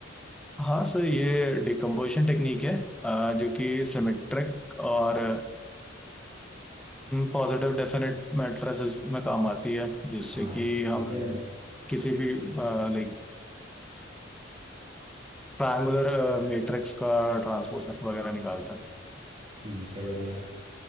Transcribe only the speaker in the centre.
हाँ सर ये डिकम्पोजिशन टेक्निक है अ, जो कि सिमेट्रिक और पॉजिटिव डेफिनेट मैट्रिसेस में काम आती है जिससे
कि
हम
किसी भी लाइक ट्रायंगुलर मैट्रिक्स का ट्रांसपोज वगैरह निकालता